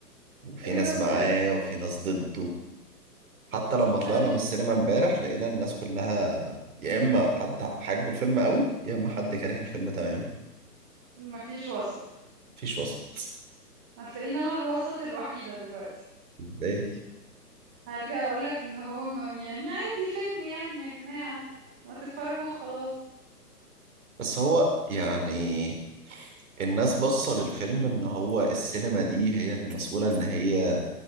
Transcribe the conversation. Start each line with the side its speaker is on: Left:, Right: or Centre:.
Right: وفي
Centre: ايه
Right: ناس
Centre: ده بجد
Right: معاه وفي ناس ضده حتى لما طلعنا
Centre: انا ج...
Right: من السينما امبارح لقينا الناس كلها يا اما حد حاجبه الفيلم قوي يا اما حد كاره الفيلم تماما
Centre: مفيش وسط
Right: مفيش وسط
Centre: هتلاقيني انا الوسط الوحيده دلوقتي
Right: ازاي
Centre: هرجع اقول لك ان هو ما... يعني عادي فيلم يعني يا جماعه ما تتفرجوا وخلاص
Right: بس هو يعني الناس باصة للفيلم ان هو السينما دي هي اللي مسؤولة ان هي